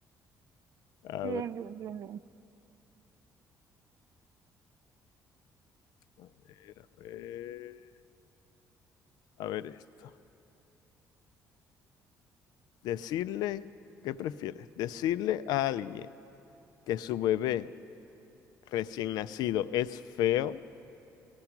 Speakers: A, on the left; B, on the right.
A: A
B: Bien,
A: ver,
B: bien, bien, bien.
A: a ver, a ver, a ver esto. Decirle, ¿qué prefieres? Decirle a alguien que su bebé recién nacido es feo